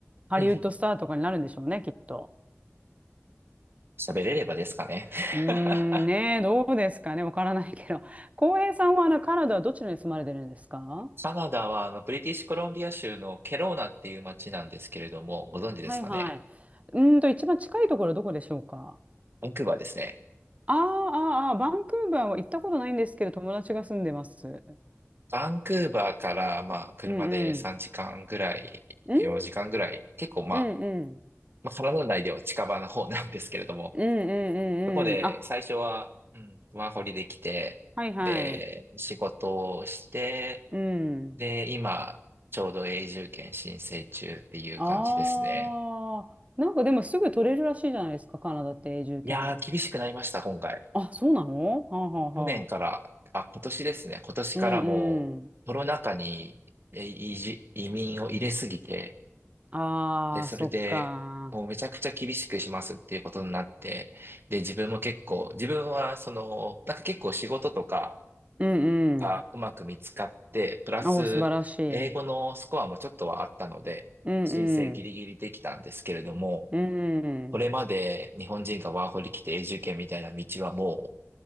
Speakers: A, on the right; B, on the right.
A: ハリウッドスターとかになるんでしょうね、
B: うん。
A: きっと。
B: 喋れればですかね。
A: うーん、
B: <laughs>
A: ねえ、どうですかね、わからないけど。<laughs> 浩平さんはあのカナダはどちらに住まれてるんですか
B: カナダは、あの、ブリティッシュコロンビア州のケローナっていう街なんですけれども、ご存知ですかね。
A: はいはい。うーんと、一番近いところはどこでしょうか
B: バンクーバーですね。
A: あーあー、あーバンクーバーは行ったことないんですけど、友達が住んでます。
B: バンクーバーから、まあ、車で3時間ぐらい、
A: うんうん。
B: 4時間ぐらい、
A: うん
B: 結構まあ、
A: うんうん。
B: まあ、カナダ内では近場の方なんですけれども、
A: うんうんうんうん。
B: そこで最初は、
A: あ、
B: うん、ワーホリできて、
A: はいはい。
B: で、仕事をして、
A: うん。
B: で、今、ちょうど永住権申請中っていう感じですね。
A: ああ、なんかでもすぐ取れるらしいじゃないですか、カナダって永住権。
B: いやー、厳しくなりました、今回。
A: あ、そうなのはあはあはあ。
B: 去年から、あ、今年ですね。今年からもうコロナ禍にえ移住、
A: うんうん。
B: 移民を入れすぎて、
A: ああ、
B: で、それでもうめちゃくちゃ厳しくしますっていうことになって、
A: そっか。
B: で、自分も結構、自分はその、なんか結構仕事とか
A: うん
B: がうまく見つかって、プラス英語のスコアもちょっとはあったので、
A: うん。おー素晴らしい。うんうん。
B: 申請ギリギリできたんですけれども、
A: うん
B: これまで日本人がワーホリ来て永住権みたいな道はも